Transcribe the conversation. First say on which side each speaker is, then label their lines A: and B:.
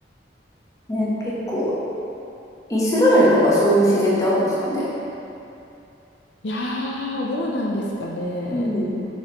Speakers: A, on the left (about 20°); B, on the left (about 65°).
A: う、ね、結構、イスラエルとかそういう自然ってあるんですかね。
B: いやー、どうなんですかね。
A: うん。